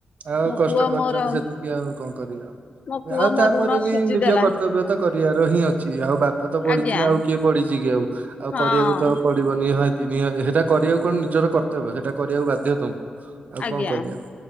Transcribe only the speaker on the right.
ଆଉ
କଷ୍ଟ
କରିଚନ୍ତି
ସେତିକି ଆଉ କଣ କରିବା ଆଉ
ଆଉ
ତାପରେ
ବି
ନିଜ କର୍ତ୍ତବ୍ୟ ତ କରିବାର ହିଁ ଅଛି। ଆଉ ବାପ ତ ପଡ଼ିଚି
ନା ଆଉ କିଏ ପଡ଼ିଚି କି ଆଉ ଆଉ
କରିବାକୁ ତ କରିବ ନିହାତି ନିହାତି ସେଇଟା କରିବାକୁ କଣ ନିଜର କର୍ତ୍ତବ୍ୟ ସେଇଟା କରିବାକୁ ବାଧ୍ୟ ତମକୁ ଆଉ
କଣ କରିବା?